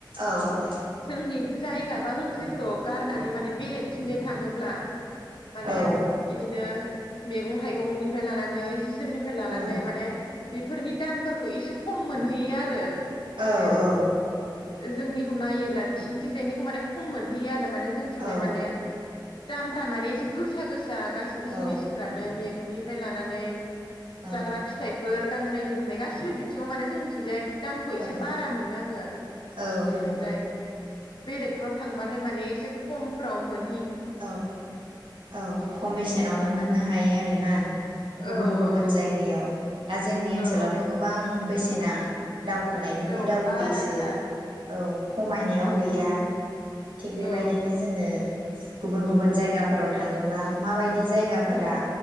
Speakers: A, on the right; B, on the left.
A: औ आगै
B: जोंनि जाय गाबा ओनसोलखौ गारनानै माने बेलेगथिंजाय थाङोब्ला माने
A: औ
B: इदिनो मैगं थाइगंनिफ्राय लानानै जि जोमनिफ्राय लानानै
A: औ
B: माने बेफोरनि दामफोरखौ एसे खम मोनहैयो आरो। माने
A: औ
B: जोंनिखौ नायोब्ला बिसिनिथिंजायनिखौ माने खम मोनहैयो आ माने जोंथिंजाय
A: औ
B: माने दामफ्रा माने एसे गोसा गोस गोसा गासिबो जिनिसफ्रानो
A: औ
B: मैगंनिफ्राय लानानै
A: औ
B: जाग्रा फिथाइ गाननाय जोमनाय गासिबो बिथिङाव माने जोंनिथिंजाय दामखौ एसे
A: औ
B: बारा मोनो आङो
A: औ
B: बेनिफ्राय
A: नंगौ
B: बेलेगफ्राव थांबाथाय माने एसे कमफोराव मोन
A: औ औ खम बेसेनावनो मोननो हायो आरो रोना। गुबुन
B: औ
A: गुबुन जायगायाव दा जोंनि ओनसोलावथ'
B: औ
A: गोबां बेसे सेना दावखोनायनिफ्राय
B: औ
A: दावखोयोसो
B: बाराथार
A: औ खमायनायाव गैया थिग बेबायदिनो
B: औ
A: जोङो गुबुन गुबुन जायगाफोराव थाङोब्ला माब बायद दि जायगाफोरा
B: औ